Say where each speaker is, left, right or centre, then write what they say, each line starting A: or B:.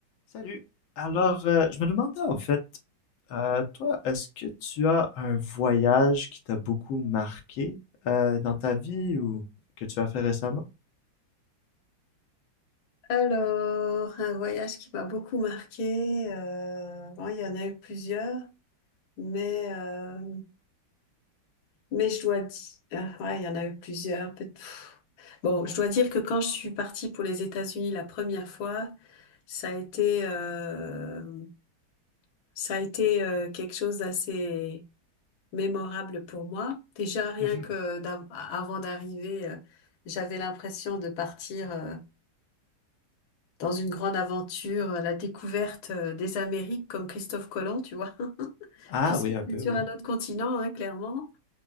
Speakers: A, on the left; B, on the left.
A: Salut. Alors, euh, je me demandais en fait, euh, toi, est-ce que tu as un voyage qui t'a beaucoup marqué euh, dans ta vie ou que tu as fait récemment?
B: Alors, un voyage qui m'a beaucoup marqué, euh, bon, il y en a eu plusieurs, mais, euh, mais je dois dire, ouais, il y en a eu plusieurs. peut- pff. Bon, je dois dire que quand je suis partie pour les États-Unis la première fois, ça a été, euh, ça a été euh, quelque chose d'assez mémorable pour moi. Déjà, rien
A: Mhm.
B: que d'av- avant d'arriver, euh, j'avais l'impression de partir. euh, dans une grande aventure, euh, la découverte euh, des Amériques comme Christophe Colomb, tu vois, <laughs>
A: Ah
B: puisque
A: oui, un peu,
B: c'est sur
A: oui.
B: un autre continent, hein, clairement,